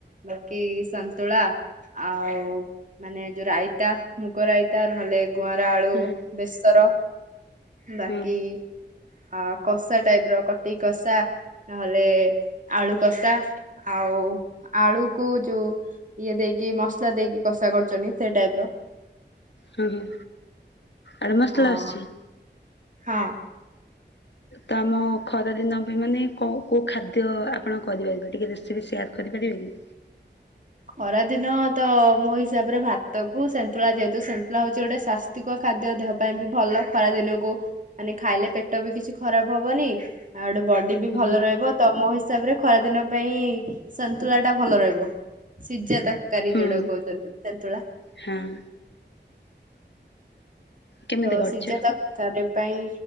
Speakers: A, on the right; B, on the left.
A: ବାକି ସନ୍ତୁଳା ଆଉ ମାନେ ଯୋଉ ରାଇତା ମୁଗ ରାଇତା ନହେଲେ ଗୁଆଁର ଆଳୁ
B: ହଁ ହଁ
A: ବେସର ବାକି
B: ହୁଁ
A: ଆ କଷା ଟାଇପର କଟି କଷା ନହେଲେ ଆଳୁ କଷା ଆଉ ଆଳୁକୁ ଯୋଉ ଇଏ ଦେଇକି ମସଲା ଦେଇକି କଷା କରୁଚନ୍ତି ସେ ଟାଇପର
B: ହୁଁ ହୁଁ। ଆଳୁ ମସଲା
A: ଅ
B: ଆସିଚି।
A: ହଁ।
B: ତ-ତମ ଖରାଦିନ ପାଇଁ ମାନେ କୋଉ କୋଉ ଖାଦ୍ୟ ଆପଣ କରିପାରିବେ ଟିକେ ରେସିପି ସେୟାର କରିପାରିବେକି?
A: ଖରା ଦିନ ତ ମୋ ହିସାବରେ ଭାତକୁ ସେନ୍ତୁଳା ଯେହେତୁ ସେନ୍ତୁଳା ହୋଉଚି ଗୋଟେ ସ୍ଵାସ୍ତିକ ଖାଦ୍ୟ ଦେହ ପାଇଁ ବି ଭଲ ଖରା ଦିନକୁ ମାନେ ଖାଇଲେ ପେଟ ବି କିଛି ଖରାପ ହବନି। ଆଉ ଗୋଟେ ବଡି ବି
B: ହୁଁ
A: ଭଲ ରହିବ ତମ ହି ତାପରେ ଖରାଦିନ ପାଇଁ ସନ୍ତୁଳାଟା ଭଲ ରହିବ। ସିଜା ତର କାରି
B: ହୁଁ
A: ଯୋଉଟାକୁ କୋହୁଚନ୍ତି ଶନ୍ତୁଳା।
B: ହଁ କେମିତି
A: ତ
B: କରିଛ?
A: ସିଜା ତାରକାରୀ? ପାଇଁ